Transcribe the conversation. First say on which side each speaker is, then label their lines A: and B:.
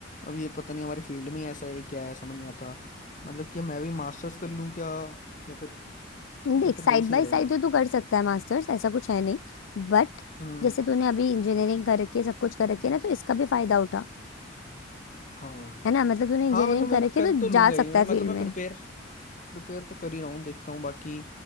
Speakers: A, on the left; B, on the left.
A: अब ये पता नहीं हमारी फील्ड में ही ऐसा है क्या है समझ नहीं आता मतलब कि मैं भी मास्टर्स कर लूँ क्या या फिर
B: देख
A: या फिर
B: साइड
A: वही सही
B: बाय
A: रहेगा
B: साइड तो तू कर सकता है मास्टर्स ऐसा कुछ है नहीं बट
A: हम्म
B: जैसे तूने अभी इंजीनियरिंग कर रखी है सब कुछ कर रखी है ना तो इसका भी फायदा उठा
A: हाँ
B: है ना मतलब तूने इंजीनियरिंग
A: हाँ मतलब मैं
B: कर
A: तो
B: रखी
A: कर
B: है तो
A: तो लूंगा
B: जा
A: ही
B: सकता
A: मैं
B: है
A: मतलब
B: फील्ड
A: मैं
B: में
A: प्रिपेयर प्रिपेयर तो कर ही रहा हूँ देखता हूँ बाकी